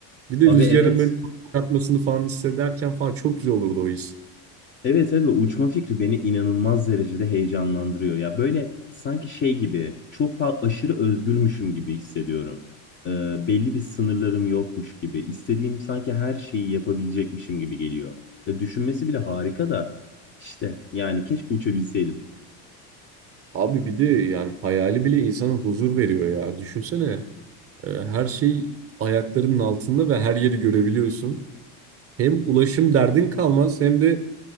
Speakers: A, on the right; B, on the left.
A: Bir de
B: Aga
A: rüzgarın
B: evet.
A: böyle çarpmasını falan hissederken falan çok güzel olurdu o his.
B: Evet abi uçma fikri beni inanılmaz derecede heyecanlandırıyor. Ya böyle sanki şey gibi çok fazla aşırı özgürmüşüm gibi hissediyorum. Ee, belli bir sınırlarım yokmuş gibi. İstediğim sanki her şeyi yapabilecekmişim gibi geliyor. E, düşünmesi bile harika da işte yani keşke uçabilseydim.
A: Abi bir de yani hayali bile insana huzur veriyor ya. Düşünsene e, her şey ayaklarının altında ve her yeri görebiliyorsun. Hem ulaşım derdin kalmaz hem de